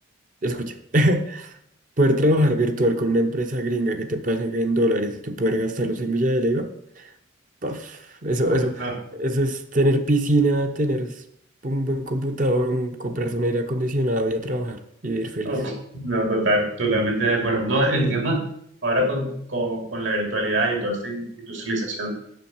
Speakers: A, on the right; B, on the right.
A: escucha, <laughs> poder trabajar virtual con una empresa gringa que te pasen en dólares y tú poder gastarlos en Villa de Leyva, Paf, eso,
B: Uf,
A: eso,
B: no,
A: eso es tener piscina, tener s- un buen computador, un- comprarse un aire acondicionado y a trabajar y vivir feliz.
B: uf, no, total, totalmente de acuerdo. No, el tema ahora con, con, con la virtualidad y toda esta in- industrialización